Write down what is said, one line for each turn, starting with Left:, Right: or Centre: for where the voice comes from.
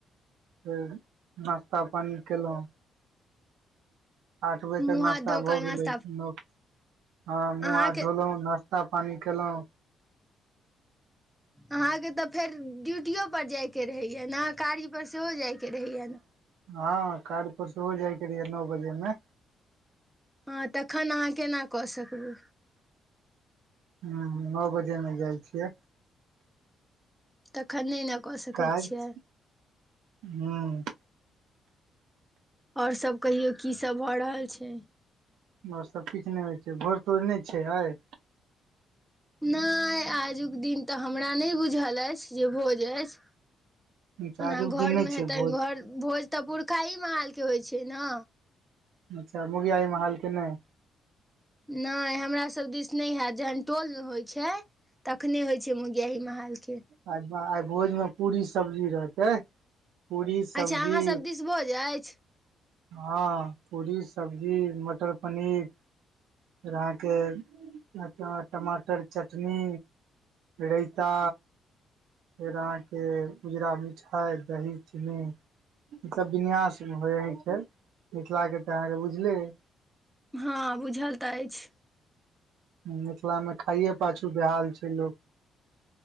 Right: फेर नाश्ता पानी केलौ आठ बजे
Centre: मुँह
Right: तक नाश्ता
Centre: हाथ धो
Right: भ
Centre: कऽ नास्ता
Right: गेल रहैछै नौ हं मुंह
Centre: अहाँके
Right: हाथ धोलहुं नाश्त न्ता पानी केलहुँ
Centre: अहाँके तऽ फेर ड्यूटियो पर जायके रहैया ने कार्य पर सेहो जायके रहैया ने
Right: हाँ कार्ज पर से हो जाइके रहै या नौ बजे मे
Centre: हँ तखन अहाँ केना कऽ सकबै
Right: ह नओ बजे मे जाइ छियै
Centre: तखन नहि ने कऽ सकैत
Right: काज
Centre: छियै
Right: ह
Centre: और सब कहियौ की सब भऽ रहल छै
Right: और सब किछु नहि होइ छै भोज तोज नहि छै आइ
Centre: नहि आजुक दिन तऽ हमरा नहि बुझल अछि जे भोज अछि
Right: अच्छा
Centre: ओना
Right: आजुक
Centre: घर
Right: दिन नहि
Centre: मे
Right: छै
Centre: हेतैन
Right: भोज
Centre: घर भोज तऽ पुरखा ही माहाल के होइ छै न
Right: अच्छा मोगयाही महौल के नहि
Centre: नहि हमरा सभ दिस नहि हैत जहन टोल होइत छै तखने होइ छै मुगयाही महालके
Right: आ आइ भोजमे पूरी सब्जी रहतै पूरी सब्जी
Centre: अच्छा अहाँ सब दिस भोज अछि
Right: हँ पूरी सब्जी मटर पनीर फेर अहाँके अइत आं टमाटर चटनी रइता फेर अहाँ के उजरा मिठाई दही चीनी मतलब विन्यास होयइ छै मिथिला के तऽ अहाँके बुझलेयै
Centre: हाँ बुझल तऽ अछि
Right: मिथिला मे खाइये पाछू बेहाल छै लोक